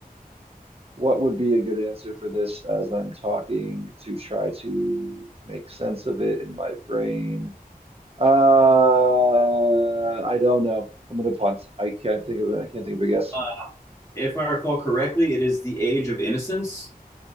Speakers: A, on the right (about 40°); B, on the left (about 20°).
A: what would be a good answer for this as I'm talking to try to make sense of it in my brain? Uh, I don't know. I'm gonna punt. I can't think of it. I can't think of a guess.
B: Uh, if I recall correctly, it is The Age of Innocence.